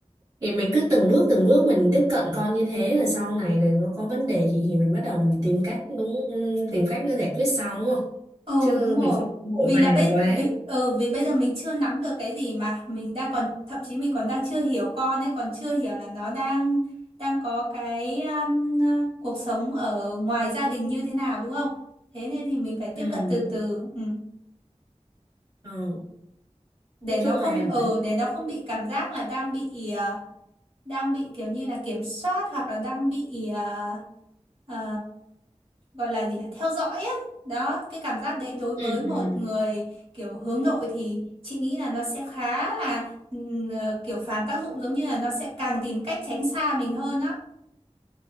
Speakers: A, on the right; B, on the right.
A: thì mình cứ từng bước từng bước mình tiếp cận con như thế rồi sau này rồi nó có vấn đề gì thì mình bắt đầu mình tìm cách đúng ừ, tìm cách nó giải quyết sau đúng không
B: Ờ
A: chứ
B: đúng rồi.
A: mình không vội
B: Vì
A: vàng
B: là bây
A: quá
B: vì ờ vì bây giờ mình chưa nắm được cái gì mà mình đang còn thậm chí mình còn đang chưa hiểu con ấy, còn chưa hiểu là nó đang đang có cái um, ờ, cuộc sống ở ngoài gia đình như thế nào đúng không? Thế nên thì mình phải tiếp
A: ừ.
B: cận từ từ ừ.
A: ừ.
B: Để
A: nói
B: nó
A: chung
B: không
A: là
B: ờ để nó không bị cảm giác là đang bị ờ, đang bị kiểu như là kiểm soát hoặc là đang bị ờ, ờ, gọi là gì nhỉ? theo dõi á đó cái cảm giác đấy đối
A: ừ.
B: với một
A: ừ.
B: người kiểu hướng nội thì chị nghĩ là nó sẽ khá là ừm, ờ, kiểu phản tác dụng giống như là nó sẽ càng tìm cách tránh xa mình hơn á